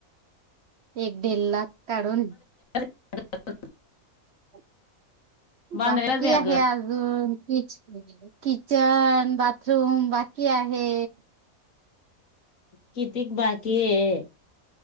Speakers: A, on the right; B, on the left.
A: एक दडेड लाख त्याढून
B: ह
A: अओके
B: बांधलेलाच
A: बाकी
B: आहे
A: आहेे
B: घर.
A: अजून ठीच ठी किचन बाथरूम आहे
B: किती बाकी आहे